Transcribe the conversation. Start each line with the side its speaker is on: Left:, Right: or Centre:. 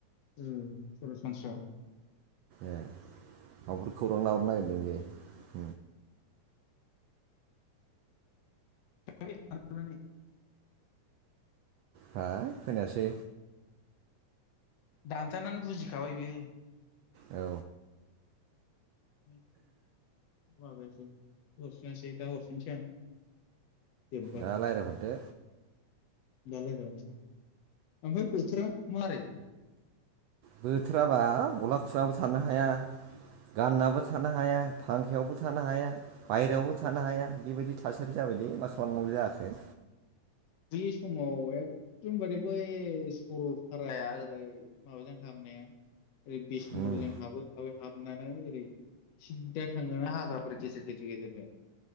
Left: औ सरासनस्रायाव
Right: ए माबाफोर खौरां लाहरनो नागिरदों बेयो
Left: <unintelligible>
Right: हा खोनायासै
Left: दानजानानै बुजिखाबाय बियो।
Right: औ
Left: बे। माबायासै हरफिनासै दा हरफिनोसै आं। जोब्बा
Right: दा रायज्लायहरदो।
Left: दा रायज्लायनोसै आं ओमफ्राय बोथोरा मारै।
Right: बोथोराबा गला खुनाबो थानो हाया गाननाबो थानो हाया फांखायावबो थानो हाया। बायेरायावबो थानो हाया बेबायदि थार। थासारि जाबायलै मा खालामबावनांगौ जाखो।
Left: बे समाव एकदमबारे बै सरलपाराया ओरै माबाजों हाबनाया। ओरै बिसमुरिजों
Right: उम
Left: हाबै हाबै हाबो। हाबनानै ओरै सिददा थांनानै हाग्राबारि गेजेर गेजेर गेजेरजों।